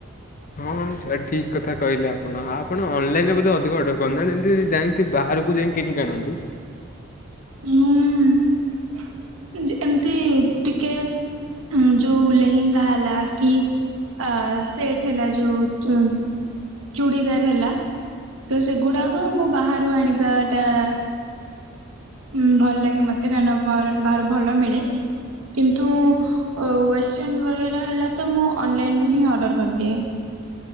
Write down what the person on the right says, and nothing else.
ମୁଁ ଏମିତି ଟିକେ ଉ ଯୋଉ ଲେହେଙ୍ଗା ହେଲା କି ଆ- ସେଠ୍ ହେଲା ଯୋଉ ଚୁଡ଼ିଦାର ହେଲା। ତ ସେଗୁଡାକ ମୁଁ ବାହାରୁ ଆଣିବାଟା ଉଁ ଭଲ ଲାଗେ ମତେ। କାରଣ ବାର-ବାହାରୁ ଭଲ ମିଳେ। କିନ୍ତୁ ୱେଷ୍ଟର୍ଣ ବଗେରା ହେଲା ତ, ମୁଁ ଅନଲାଇନ୍ ରୁ ହିଁ ଅର୍ଡ଼ର କରିଦିଏ।